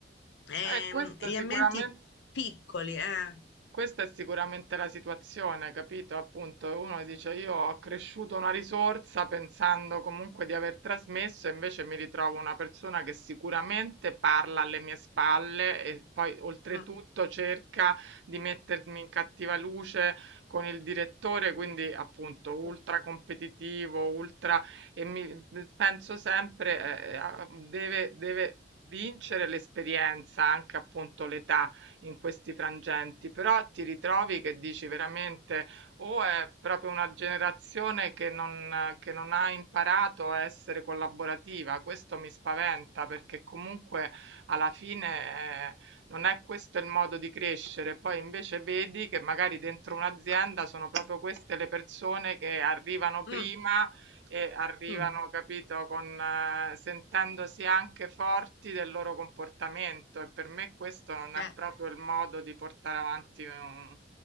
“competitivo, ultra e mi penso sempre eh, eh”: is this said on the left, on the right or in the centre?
Right